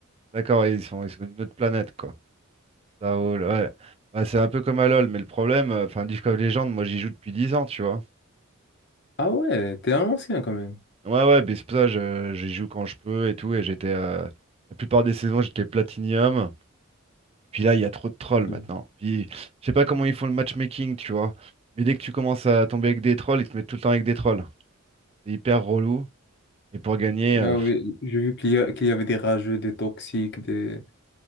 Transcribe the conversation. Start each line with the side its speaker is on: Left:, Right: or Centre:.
Right: D'accord, ouais, ils sont, ils sont d'une autre planète, quoi. Ça roule, ouais. Ouais, c'est un peu comme à LoL, mais le problème, euh, enfin League of Legends, moi j'y joue depuis 10 ans, tu vois.
Left: Ah ouais, t'es un ancien quand même.
Right: Ouais, ouais, mais c'est pour ça, je- j'y joue quand je peux et tout, et j'étais euh, la plupart des saisons j'étais platinium. Puis là, il y a trop de trolls
Left: Ouais.
Right: maintenant. Puis je sais pas comment ils font le matchmaking, tu vois. Mais dès que tu commences à tomber avec des trolls, ils te mettent tout le temps avec des trolls. C'est hyper relou. Et pour gagner, euh,
Left: Ah
Right: pff,
Left: oui, j'ai vu qu'il y a- qu'il y avait des rageux, des toxiques, des...